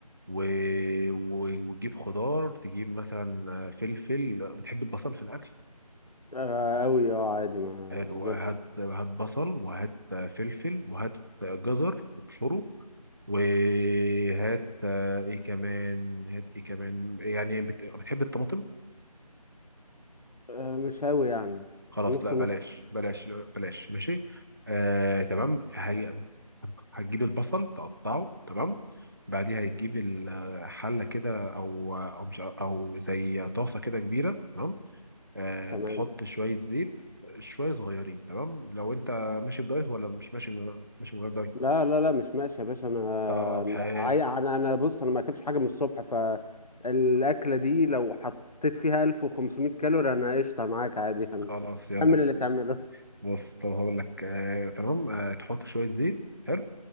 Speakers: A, on the right; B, on the left.
A: و... و... وتجيب خضار تجيب مثلا آه، فلفل بتحب البصل في الاكل
B: آه، أوي اه عادي ما
A: حلو
B: زي
A: هات
B: الفل
A: هات بصل وهات آه، فلفل وهات آه، جزر وبشره وهات آه، ايه كمان هات ايه كمان يعني بت... بتحب الطماطم
B: آه، مش أوي يعني
A: خلاص
B: نص
A: لا بلاش
B: نص
A: بلاش بلاش ماشي آه تمام هي هتجيب البصل تقطعه تمام بعديها هتجيب الحلة كده أو أو مش أو زي طاسة كده كبيرة تمام آه
B: تمام
A: تحط شوية زيت شوية صغيرين تمام لو أنت ماشي في دايت ولا مش ماشي من- ماشي من غير دايت
B: لا لا لا مش ماشي يا باشا انا
A: طب حلو
B: عاي- انا انا بص انا ما اكلتش حاجه من الصبح فالاكله دي لو حطيت فيها 1500 كالوري انا قشطه معاك عادي يعني
A: خلاص يلا
B: كمل اللي تعمله <laughs>
A: بص طب هقول لك آه تمام آه تحط شوية زيت حلو